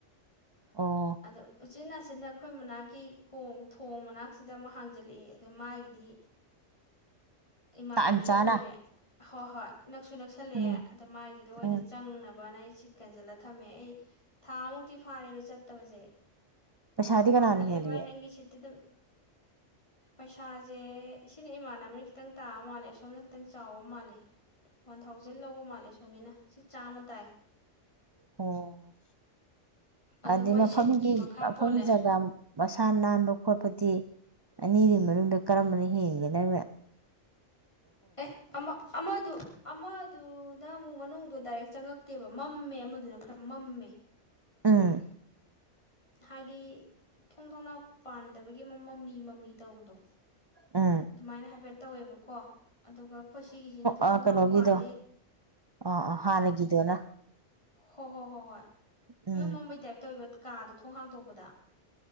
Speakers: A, on the right; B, on the left.
A: ꯑꯣ
B: ꯑꯗ ꯁꯤꯆꯤꯟ ꯑꯁꯤꯅ ꯑꯩꯈꯣꯏ ꯃꯅꯥꯛꯀꯤ ꯀꯣꯡ ꯊꯣꯡ ꯃꯅꯥꯛꯁꯤꯗ ꯑꯃꯨꯛ ꯍꯥꯡꯖꯜꯂꯛꯏꯦ ꯑꯗ ꯃꯥꯒꯤꯗꯤ ꯏꯃꯥꯟꯅꯕꯁꯨ
A: ꯇꯥꯟ ꯆꯥꯅ
B: ꯑꯣꯏꯔꯦ ꯍꯣꯏ ꯍꯣꯏ ꯅꯛꯁꯨ ꯅꯛꯁꯜꯂꯛꯑꯦ
A: ꯎꯝ
B: ꯑꯗ ꯃꯥꯏꯗꯨꯗ ꯑꯣꯏꯅ
A: ꯎꯝ
B: ꯆꯪꯅꯕꯅ ꯑꯩ ꯁꯤꯠ ꯀꯟꯁꯤꯜꯂ ꯊꯝꯃꯦ ꯑꯩ ꯊꯥꯃꯨꯛꯇꯤ ꯐꯥꯔꯦꯕ ꯆꯠ ꯁꯛꯇꯕꯖꯦ
A: ꯄꯩꯁꯥꯗꯤ
B: ꯑꯗꯣ ꯃꯥꯅ
A: ꯀꯅꯥꯅ
B: ꯑꯦ
A: ꯍꯦꯜꯂꯤꯒꯦ
B: ꯚꯥꯏ ꯅꯪꯒꯤ ꯁꯤꯠꯇ ꯑꯗꯨꯝ ꯄꯩꯁꯥꯁꯦ ꯁꯤꯅ ꯏꯃꯥꯟꯅꯕꯅ ꯈꯤꯇꯪ ꯇꯥꯕ ꯃꯥꯜꯂꯦ ꯑꯁꯣꯝꯅ ꯈꯤꯇꯪ ꯆꯥꯎꯕ ꯃꯥꯜꯂꯦ ꯋꯥꯟ ꯊꯥꯎꯖꯟ ꯂꯧꯕ ꯃꯥꯜꯂꯦ ꯑ ꯁꯣꯝꯒꯤꯅ ꯁꯤ ꯆꯥꯝꯃ ꯇꯥꯏ
A: ꯑꯣ
B: ꯑꯗꯣ
A: ꯍꯥꯏꯗꯤ
B: ꯃꯥꯏ
A: ꯃꯐꯝꯒꯤ
B: ꯁꯤꯠꯀꯤ ꯃꯈꯥ
A: ꯃꯐꯝ
B: ꯄꯣꯜꯂꯦ
A: ꯖꯒꯥ ꯃꯁꯥ ꯅꯥꯟꯕ ꯈꯣꯠꯄ ꯤ ꯑꯅꯤꯗꯨ ꯃꯅꯨꯡꯗ ꯀꯔꯝꯕꯅ ꯍꯦꯟꯒꯦ ꯅꯪꯅꯦ
B: ꯑꯦ ꯑꯃꯗꯨ ꯑꯃꯗꯨꯅ ꯑꯃꯨꯛ ꯃꯅꯨꯡꯗꯗꯨ ꯗꯥꯏꯔꯦꯛ ꯆꯪꯉꯛ ꯅꯠꯇꯦꯕ ꯃꯝꯃꯦ ꯑꯃꯗꯨꯅ ꯈꯔ ꯃꯝꯃꯦ
A: ꯑꯥ
B: ꯍꯥꯏꯗꯤ ꯊꯣꯡ ꯊꯣꯡꯅ ꯄꯥꯟꯗꯕꯒꯤ ꯃꯝꯂꯤ ꯃꯝꯂꯤ ꯇꯧꯕꯗꯣ
A: ꯎꯝ
B: ꯑꯗꯨꯃꯥꯏꯅ ꯍꯥꯏꯐꯦꯠ ꯇꯧꯋꯦꯕꯀꯣ ꯑꯗꯨꯒ ꯑꯩꯈꯣꯏ ꯁꯤꯒꯤꯁꯤꯅ ꯊꯣꯡ
A: ꯑꯣ
B: ꯊꯣꯡꯅꯥꯎ
A: ꯀꯩꯅꯣꯒꯤꯗꯣ
B: ꯄꯥꯜꯂꯤ
A: ꯑ ꯑ ꯍꯥꯟꯅꯒꯤꯗꯨꯅ
B: ꯍꯣꯏ ꯍꯣ ꯍꯣ ꯍꯣꯏ
A: ꯎꯝ
B: ꯏ ꯃꯨꯝꯩ ꯇꯥꯏꯞꯇ ꯑꯣꯏꯕ ꯀꯥꯗꯣ ꯊꯣꯡ ꯍꯥꯡꯗꯣꯛꯄꯗ